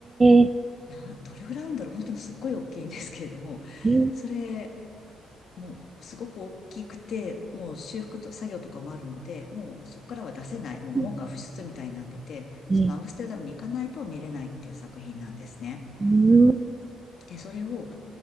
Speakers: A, on the right; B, on the left.
A: えええ
B: などれぐらいあるんだろう、本当にすっごい大きいんですけれども、
A: え
B: それ、もうすごく大きくて、もう修復と作業とかもあるので、もうそこからは出せない、
A: え
B: もう門が不出みたいになってて、
A: う
B: そのアムステルダムに行かないと見れないっていう作品なんですね。
A: ん
B: で、それを